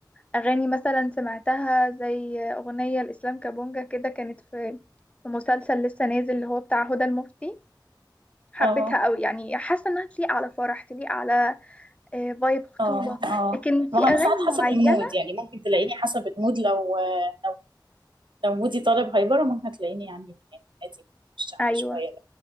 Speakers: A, on the left (about 15°); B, on the right (about 80°).
A: اغاني مثلا سمعتها زي اغنية الاسلام كابونجا كده كانت في في مسلسل لسه نازل اللي هو بتاع هدى المفتي حبيتها
B: اه
A: قوي يعني حاسه انها تليق على فرح تليق على آه، فايب خطوبه
B: اه اه
A: لكن في
B: ما هو
A: اغاني
B: انا ساعات حسب
A: معينه
B: المود يعني ممكن تلاقيني حسب المود لو لو لو مودي طالب هايبر ممكن هتلاقيني يعني عادي مش شعبي
A: ايوه
B: شويه